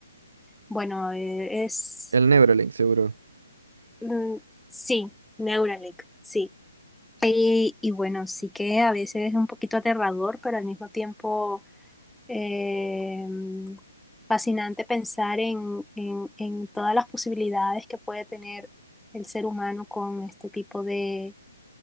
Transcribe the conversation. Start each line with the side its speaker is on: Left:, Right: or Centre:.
Centre: bueno, eh, es,
Right: el Neuralink seguro,
Centre: mm, sí, Neuralink, sí. Y, y bueno, sí que a veces es un poquito aterrador, pero al mismo tiempo eh, fascinante pensar en, en, en todas las posibilidades que puede tener el ser humano con este tipo de,